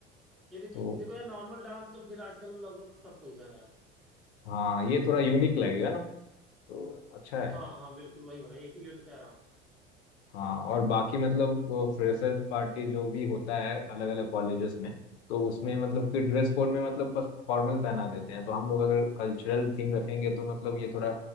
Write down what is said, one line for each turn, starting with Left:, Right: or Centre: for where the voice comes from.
Centre: ये देखिए
Left: तो
Centre: देखो यार नॉर्मल डांस तो फिर आजकल लगभग सब कोई कर रहा है
Left: हाँ ये थोड़ा यूनिक लगेगा ना तो अच्छा है
Centre: हाँ हाँ बिल्कुल वही भाई इसीलिए तो कह रहा हूँ
Left: हाँ और बाकी मतलब फ्रेशर पार्टी जो भी होता है अलग अलग कॉलेजेस में तो उसमें मतलब कि ड्रेस कोड में मतलब बस फॉर्मल पहना देते हैं तो हम लोग अगर कल्चरल थीम रखेंगे तो मतलब ये थोड़ा